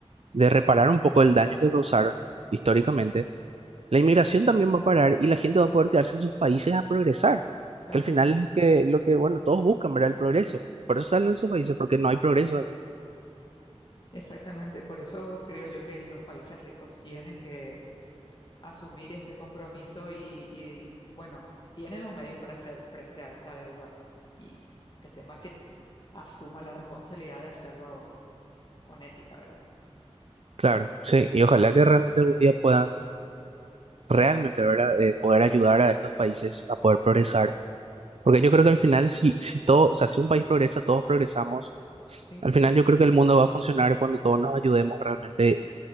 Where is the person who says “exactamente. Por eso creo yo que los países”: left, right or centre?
Left